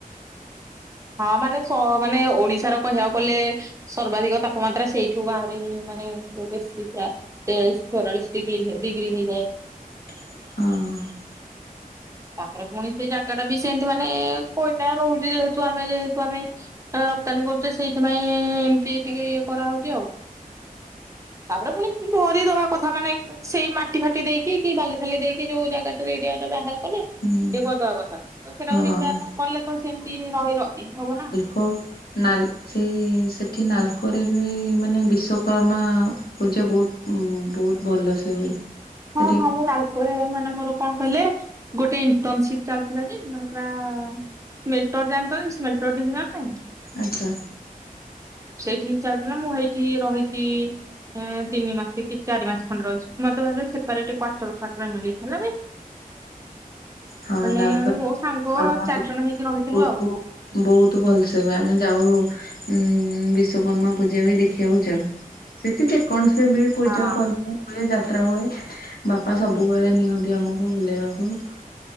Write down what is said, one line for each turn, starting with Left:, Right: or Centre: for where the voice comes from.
Right: ହଁ ମାନେ ସୋ ମାନେ ଓଡିଶାର କହିବାକୁ ଗଲେ ସର୍ବାଧିକ ତାପମାତ୍ରା ସେଇଠୁ ବାହାରେ ହିଁ, ମାନେ ବେଶୀ ପୁରା। ତେୟାଳିଶ୍, ଚୋଉରାଳିଶ୍ ଡିଗ୍ରୀ ଡିଗ୍ରୀ ହେଇଯାଏ।
Left: ହଁ।
Right: ତାପରେ ପୁଣି ସେଇ ଜାଗା ଟା ବି ସେମତି, ମାନେ କୋଇଲା ରହୁଛି, ଯେହେତୁ ଆମେ, ଯେହେତୁ ଆମେ ରପ୍ତାନୀ କରୁଛେ, ସେଇଥିପାଇଁ ଏମତି ଟିକେ ଇଏ କରାହଉଛି ଆଉ। ତାପରେ ପୁଣି ଭରିଦବା କଥା, ମାନେ ସେଇ ମାଟି ଫାଟି ଦେଇକି, କି ବାଲି ଫାଲି ଦେଇକି, ଯୋଉ ଜାଗାଟାରେ ଏରିଆରେ ବାହାର କଲେ ଇଏ
Left: ହୁଁ
Right: କରିଦବା କଥା, ସେଟାକୁ
Left: ହଁ
Right: ରିପେୟାର ନ କଲେ ତ ସେମିତି ରହି ରହି ହବ ନା।
Left: କୋ, ନାଲ୍, ସେଇ ସେଠି ନାଲକୋରେ ବି, ମାନେ ବିଷକ ମା ପୂଜା ବହୁତ ବହୁତ ଭଲ ସେ ହୁଏ। ସେଠି
Right: ହଁ, ହଁ, ମୁଁ, ନାଲ କୋରେ ମାନେ, ମୋର କଣ କହିଲେ, ଗୋଟେ ଇଣ୍ଟରନ୍ସିପ୍ ଚାଲୁଥିଲା ଯେ, ମାନେ ପୁରା ମେଟୋଯାଙ୍କରେ ସ୍ମେଟ ଟିଭି ମାନେ
Left: ଆଚ୍ଛା।
Right: ସେଇଠିି ଚାରିଦିନ ମୁଁ ହେଇଠି ରହିଛି। ତିନି ମାସ କି ଚାରି ମାସ ଖଣ୍ଡେ ରହିଛି, ମତେ ଭାରି ସେ ସେପରେଟ୍ କ୍ୱାଟର୍ ଫ୍ୱାଟର୍ ମିଳି ଥିଲା ବି।
Left: ହଁ
Right: ମାନେ
Left: ନାଲକୋ
Right: ମୋ ସାଙ୍ଗ
Left: କର୍ମା
Right: ଆଉ ଚାରିଜଣ ହେଇକି ରହିଥିଲୁ
Left: ବହୁତ
Right: ଆଉ।
Left: ବହୁତ ଭଲସେ ବା ଆମେ ଯାଉ ଉଁ ବିଶ୍ଵକର୍ମା ପୂଜା ବି ଦେଖିବାକୁ ଯାଉ। ସେଠି ଯେକୌଣସି ବି ପୂଜା
Right: ହଁ
Left: ପର୍ବ। ହୁଏ ଯାତ୍ରା ହୁଏ ବାପା ସବୁବେଳେ ନିଅନ୍ତି ଆମକୁ ବୁଲେଇବାକୁ।